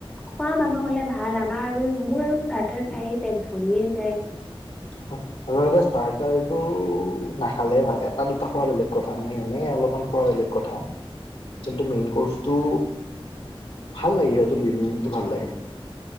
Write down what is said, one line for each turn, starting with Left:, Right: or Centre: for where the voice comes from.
Centre: খোৱা মানুহ হ'লে ভাল আমাৰ আৰু, মোৰ আৰু ষ্টাৰ্টাৰ খায়ে পেট ভৰিয়ে যায়।
Left: হয়। আচলতে ষ্টাৰ্টাৰ টো নাখালে ভাল, এটা দুটা খোৱা বেলেগ কথা, মানে এনেই অলপমান খোৱা বেলেগ। কথা কিন্তু, মেইন কৰ্চটো ভাল লাগে, সিহঁত বিৰীয়ানীটো ভাল লাগে।